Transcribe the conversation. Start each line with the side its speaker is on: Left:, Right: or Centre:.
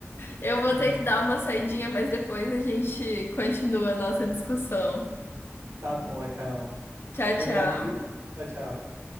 Left: eu vou
Right: Hum,
Left: ter que dar uma saidinha, mas depois a gente continua a nossa discussão.
Right: tá bom, então.
Left: Tchau,
Right: Obrigado,
Left: tchau.
Right: viu? Tchau, tchau.